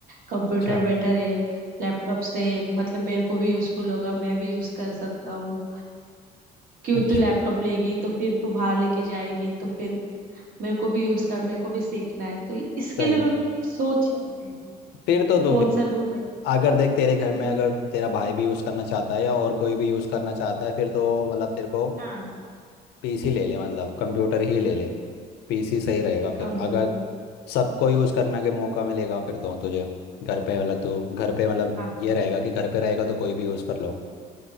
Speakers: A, on the right; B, on the left.
A: कंप्यूटर
B: अच्छा
A: बेटर है लैपटॉप से मतलब मेरे को भी यूजफुल होगा मैं भी यूज कर सकता हूँ क्यों
B: अच्छा
A: तू लैपटॉप लेगी तो फिर तू बाहर लेके जाएगी तो फिर मेरे को भी यूज कर मेरे को भी सीखना है तो इसके
B: सही
A: लिए
B: है
A: मैं सोच रही थी
B: फिर तो तो
A: कौन सा लूँ बेटर
B: अगर देख तेरे घर
A: है।
B: में अगर तेरा भाई भी यूज़ करना चाहता है या और कोई भी यूज़ करना चाहता है फिर तो मतलब तेरे को
A: हाँ
B: पीसी ले ले मतलब कंप्यूटर ही ले ले पीसी सही रहेगा
A: कंप्यूटर
B: फिर अगर सबको यूज़ करने के मौका मिलेगा फिर तो तुझे घर पे मतलब तू घर पे मतलब
A: हाँ
B: ये रहेगा कि घर पे रहेगा तो कोई भी यूज़ कर लो